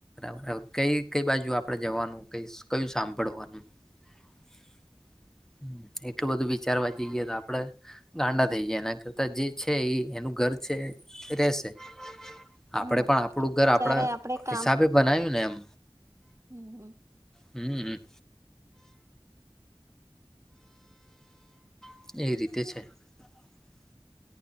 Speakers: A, in the centre; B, on the right.
A: <inaudible> આપડે
B: હમ
A: પણ આપણું ઘર આપડા
B: જયારે આપડે કામ
A: હિસાબે બનાવ્યું ને એમ
B: હમ
A: હમ્મ <inaudible>